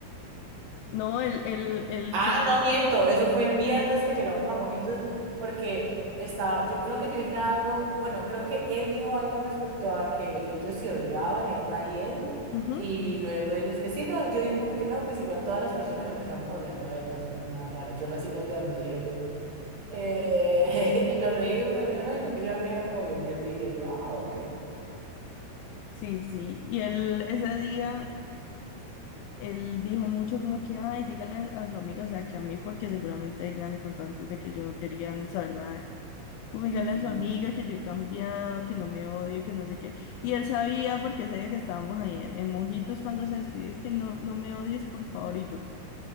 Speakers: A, on the left; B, on the right.
A: no, el, el, el
B: Ah,
A: seguro.
B: no miento, eso fue el viernes que llegamos a Mojitos porque estaba, yo creo que yo dije algo, bueno, creo que él dijo algo respecto a que ellos se odiaban, Edna y él,
A: Ujú,
B: y luego digo, es que sí, no, yo dije como que no, pues igual todas las personas empezamos odiando a Edna, eso no es nada raro, yo la sigo odiando, dije yo. Eh, <laughs> y nos reímos, y me dijo, no, y no, que yo antes era como bien mierdilla, y yo, ah, ok,
A: Sí, sí. Y él ese día Él dijo mucho como que, ay, díganle a, a su amiga, o sea, que a mí, porque seguramente Edna le contó antes de que yo no querían saber nada. de- Como díganle
B: Ujú.
A: a su amiga que yo he cambiado, que no me odio, que no sé qué. Y él sabía, porque sabía que estábamos ahí en, en Mojitos cuando se despidió, es que no, no me odies, por favor. Y yo,